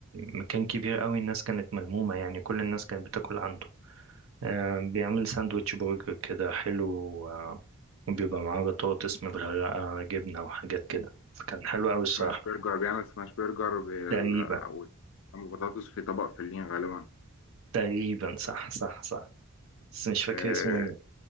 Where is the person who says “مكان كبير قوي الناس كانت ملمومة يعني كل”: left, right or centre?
Right